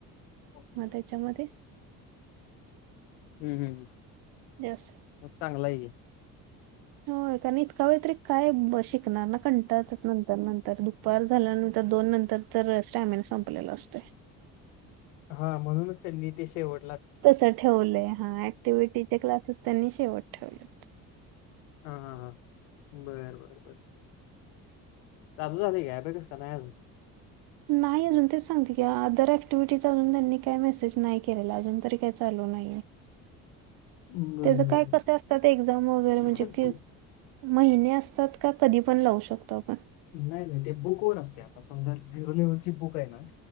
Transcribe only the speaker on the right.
मग त्याच्यामध्ये.
जास्त
होय कारण इतका वेळ तरी काय शिकणार ना कंटाचच नंतर नंतर दुपार झाल्यानंतर. तर दोन नंतर तर स्टॅमिना संपलेला असतेय.
तस ठेवलंय हा ऍक्टिव्हटीचे क्लासेस त्यांनी शेवट ठेवले.
नाही अजून तेच सांगते क अदर ऍक्टिव्हिटीज अजून त्यांनी त्यांनी मेसेज नाय केलेला अजून तर काही चालू. तो नाहीये.
त्याचं
काय कस असतात एक्झाम वगैरे
म्हणजे कि. महिने असतात का कधी पण लावू शकतो आपण.